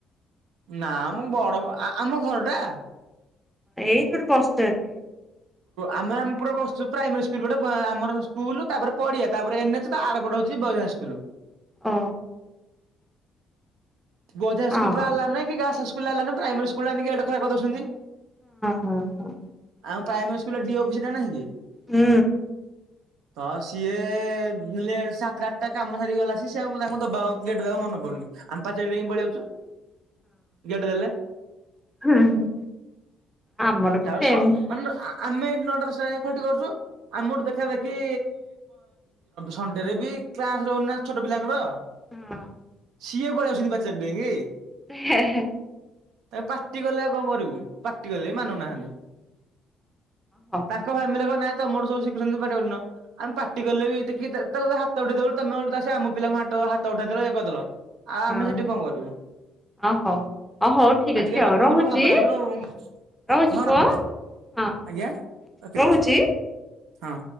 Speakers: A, on the right; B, in the centre.
A: ନାମ ବଡ କଣ ଆ ଆମ ଘର ଟା?
B: ଏଇ ଯଉଠି ବସିଚ ଏବେ।
A: ଆମେ ଆମେ ପୁରା ବସଚୁ ପ୍ରାଇମେରୀ ସ୍କୁଲ ଗୋଟେ ଆମର ଯଉ ସ୍କୁଲୁ ତାପରେ ପଡିଆ, ତାପରେ ଏନେ ତା ଆର ପଟେ ହଉଛି ବଏଜ ହାଇସ୍କୁଲ।
B: ଓ
A: ବଏଜ
B: ହଁ
A: ସ୍କୁଲରେ
B: ହଁ
A: ଆଲାଉ ନାହିଁ, କି ଗାର୍ଲସ ହାଇସ୍କୁଲରେ ଅଲାଉ ନାହିଁ। ପ୍ରାଇମେରୀ ସ୍କୁଲରେ ଆଣିକି ଆଡିମିସନ୍ କରିଦଉଛନ୍ତି।
B: ହଁ ହଁ
A: ଆମ ପ୍ରାଇମାରୀ ସ୍କୁଲରେ ଡିଓ ଅଫିସି ଟା ନାହିଁ କି?
B: ହୁଁ।
A: ତ ସିଏ <unintelligible> ସାତଟା ଆଠଟା କାମ ସାରିକି ଗଲାସୀକି ସିଏ ତାଙ୍କୁ ଦବା ଗେଟ ଦେବାକୁ ମନେ ପଡୁନି ଆମେ ପାଚେରି ଡେଇଁକି ପଳେଇଆଉଚୁ, ଗେଟ୍ ଦେଲେ।
B: ହଁ, ହଁ। ଆମର ବି
A: ତାପରେ
B: ସେମ୍
A: ସ ମାନେ ଆମେ ଏଇଠି ନଅଟା ଦଶଟା ଯାଏ ଖଟି କରୁଚୁ। ଆମଠୁ ଦେଖା ଦେଖି ସଣ୍ଡେରେ ବି କ୍ଲାସ ରହୁନି ନା ଛୋଟ ପିଲାଙ୍କର।
B: ହଁ
A: ସିଏ ପଳେଇଆସୁଚନ୍ତି ପାଚେରି ଡ଼େଇଁକି,
B: ହେ ହେ
A: ତାଙ୍କୁ ପାଟି କଲେ ଆଉ କଣ କରିବୁ। ପାଟି କଲେ ବି ମାନୁନାହାନ୍ତି।
B: ହଁ।
A: ତାଙ୍କ ଫ୍ୟାମିଲି ରେ କହିବେ ନାଇଁ ତମଠୁ ସବୁ ଶିଖୁଛନ୍ତି ପାଟି କରୁନ। ଆମେ ପାଟି କଲେ ବି ଟିକେ ତା ତାକୁ ହା ହାତ ଉଠେଇଦେଲେ ତମେ ଓଲଟି ଆ ସେ ଆମ ପିଲାଙ୍କୁ ହ ହାତ ଉଠେଇଦଲ ଇଏ କରିଦେଲ, ଆମେ
B: ହଉ ହଁ
A: ସେଠି କଣ କରିବୁ।
B: ଅ ହଉ ଅ ହଉ ଠିକ
A: ଆଜିକାଲି
B: ଅଛି ଆଉ
A: ଲୋକଙ୍କର
B: ରହୁଛି
A: ତ ଭାବନା ଭୁଲୁ ଆଉ
B: ରହୁଛି
A: ହଁ
B: ପୁଅ।
A: ରଖନ୍ତୁ,
B: ହଁ
A: ଆଜ୍ଞା ରଖିଦଉଛି
B: ରହୁଛି।
A: ହଁ।